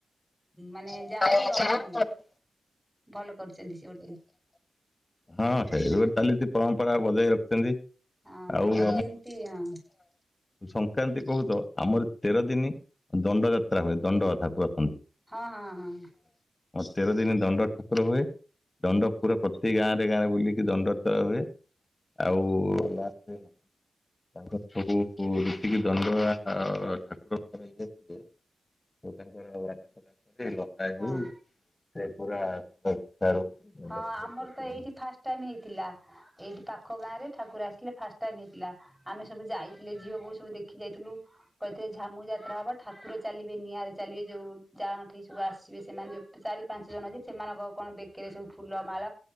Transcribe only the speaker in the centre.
ମାନେ
ଯାହା ହଉ ରଖ ଭଲ କରିୁଛନ୍ତି ସେ ଗୋଟେ।
ହଁ
ଏମିତି ହଁ
ହଁ ହଁ ହଁ
ହଁ।
ହଁ
ଆମର ତ ଏଇଠି ଫାଷ୍ଟ ଟାଇମ ହେଇଥିଲା। ଏଇଠି ପାଖ ଗାଁରେ ଠାକୁର ଆସିଥିଲେ ଫାଷ୍ଟ ଟାଇମ୍ ହେଇଥିଲା। ଆମେ ସବୁ ଯାଇଥିଲେ ଝିଅ ବୋହୁ ସବୁ ଦେଖି ଯାଇଥିଲୁ। କହିଥିଲେ ଝାମୁ ଯାତ୍ରା ହବ ଠାକୁର ଚାଲିବେ ନିଆଁରେ ଚାଲିବେ ଯୋଉ ଯାଁଠି ସବୁ ଆସିବେ ସେମାନେ ଯୋଉ ଚାରି ପାଞ୍ଚ ଜଣ ହେଇକି ସେମାନଙ୍କ କଣ ବେକରେ ସବୁ ଫୁଲ ମାଳ